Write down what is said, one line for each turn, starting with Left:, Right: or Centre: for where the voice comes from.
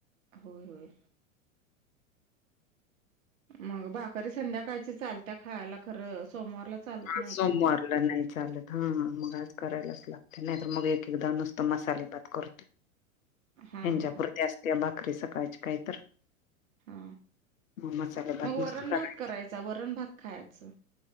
Right: होय, होय. मग भाकरी संध्याकाळची चालत्या खायला खरं सोमवारला चालत
Left: ह
Right: नाही
Left: सोमवार.
Right: की
Left: नाही चालत हा मग आज करायलाच लागते नाहीत मग एक, एकदा नुसतं मसाले भात कर.
Right: <unintelligible> हा
Left: त्याच्यापुरती
Right: हा
Left: असते भाकरी सकाळची काही तर.
Right: हा
Left: मग मसाले भात
Right: मग
Left: नुसत
Right: वरण
Left: कराय
Right: भात करायचा वरण भात खायचं.